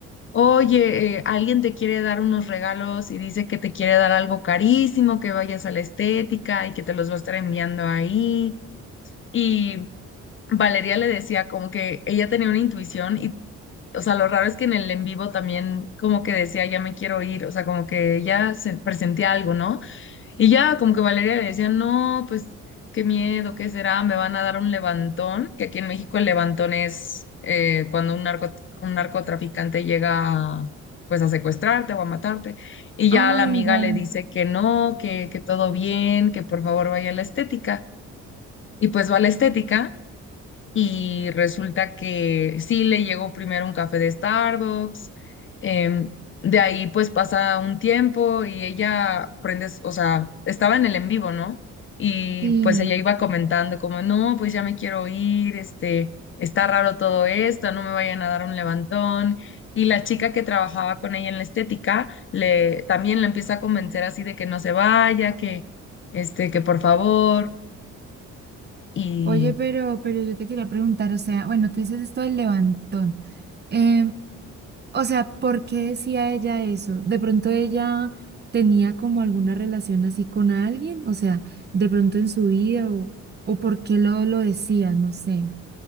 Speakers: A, on the left; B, on the right.
A: oye, eh, alguien te quiere dar unos regalos y dice que te quiere dar algo carísimo, que vayas a la estética y que te los va a estar enviando ahí. Y Valeria le decía como que ella tenía una intuición y, o sea, lo raro es que en el en vivo también como que decía, ya me quiero ir, o sea, como que ella se presentía algo, ¿no? Y ya como que Valeria le decía, no, pues qué miedo, ¿qué será? Me van a dar un levantón, que aquí en México el levantón es eh, cuando un narco, un narcotraficante llega a, pues a secuestrarte o a matarte. Y ya
B: ah
A: la amiga
B: igual,
A: le dice que no, que, que todo bien, que por favor vaya a la estética. Y pues va a la estética y resulta que sí le llegó primero un café de Starbucks, em, de ahí pues pasa un tiempo y ella prende, o sea, estaba en el en vivo, ¿no? Y
B: sí.
A: pues ella iba comentando como, no, pues ya me quiero ir, este, está raro todo esto, no me vayan a dar un levantón. Y la chica que trabajaba con ella en la estética le también la empieza a convencer así de que no se vaya, que este, que por favor. y
B: Oye, pero, pero yo te quería preguntar, o sea, bueno, tú dices esto del levantón. Em, o sea, ¿por qué decía ella eso? ¿De pronto ella tenía como alguna relación así con alguien? O sea, de pronto en su vida o, o por qué lo, lo decía, no sé.